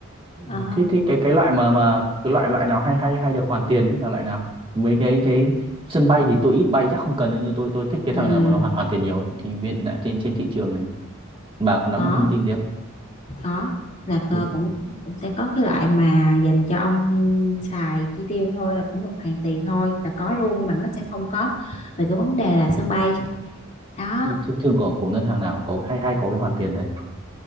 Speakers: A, on the right; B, on the left.
A: ờ,
B: ờ
A: thế thế cái cái loại mà mà cái loại loại nào hay hay hay được hoàn tiền ấy là loại nào mấy cái cái sân bay thì tôi ít bay chắc không cần nữa nhưng tôi tôi thích cái
B: Ừm,
A: thằng nào mà nó hoàn hoàn tiền nhiều ấy. thì hiện tại trên trên thị trường bà có nắm
B: có
A: được thông tin đấy không
B: có là cơ
A: thường,
B: cũng cũng sẽ có cái loại mà dành cho ông xài chi tiêu thôi là cũng được hoàn tiền thôi là có luôn nhưng mà nó sẽ không có về cái vấn đề là sân bay đó
A: thường, thường của, của ngân hàng nào có hay hay có cái hoàn tiền đấy